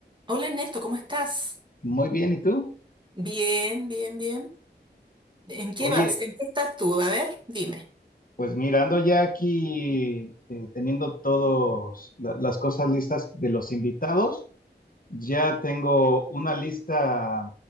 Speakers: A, on the right (about 25°); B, on the left (about 50°).
A: Hola Ernesto, ¿cómo estás?
B: Muy bien, ¿y tú?
A: Bien, bien, bien. ¿En qué
B: Oye,
A: vas? ¿En qué estás tú? A ver, dime.
B: pues mirando ya aquí, eh, teniendo todas las cosas listas de los invitados, ya tengo una lista,